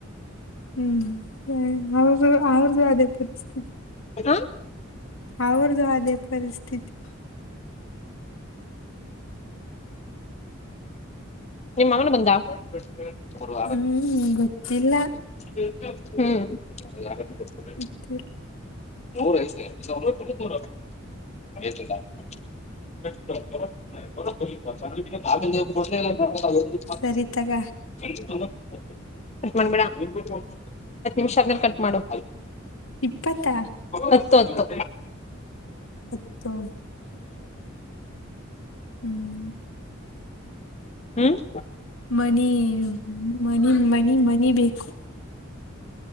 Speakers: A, on the left; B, on the left.
A: ಹ್ಮ್ ಅವ ಅವ್ರ್ದು ಅದೇ ಪರಿಸ್ಥಿತಿ
B: ಹ
A: ಅವ್ರದುು ಅದೇ ಪರಿಸ್ಥಿತಿ
B: ನಿಮ್ಮ ಮಂಗನ ಬಂದ <inaudible>
A: ಹ್ಮ್ ಗೊತ್ತಿಲ್ಲ
B: ಹ್ಮ್
A: ಮತ್ತುತ್ತ
B: ದೂ ಡ್
A: ಸರಿತಗ
B: ಕಟ್ ಮಾಡಬೇಡ ಹತ್ತು ನಿಮಿಷ ಆದ್ಮೇಲೆ ಕಟ್ ಮಾಡು
A: ಇಪ್ಪತ್ತ
B: ಹತ್ತು ಹತ್ತು
A: ಹತ್ತು ಹ್ಮ್
B: ಹ್ಮ್
A: ಮನ ಮನ ಮನಿ ಮನಿ ಬೇಕು